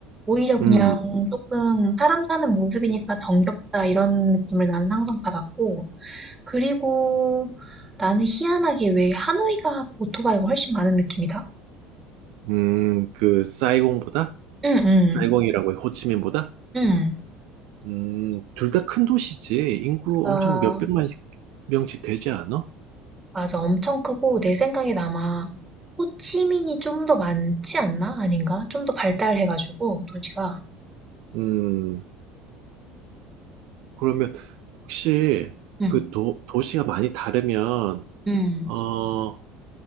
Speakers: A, on the right; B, on the right.
A: 오히려 그냥
B: 음,
A: 조금 사람 사는 모습이니까 정겹다 이런 느낌을 나는 항상 받았고, 그리고 나는 희한하게 왜 하노이가 오토바이가 훨씬 많은 느낌이다?
B: 음, 그 사이공보다?
A: 응, 응,
B: 사이공이라고 해, 호치민보다?
A: 응.
B: 음, 둘 다 큰 도시지. 인구
A: 그니까,
B: 엄청 몇백만 명씩 되지 않아?
A: 맞아. 엄청 크고, 내 생각에 아마, 호치민이 좀 더 많지 않나? 아닌가? 좀 더 발달해가지고, 도시가.
B: 음, 그러면 혹시
A: 응,
B: 그 도, 도시가 많이 다르면,
A: 응.
B: 어,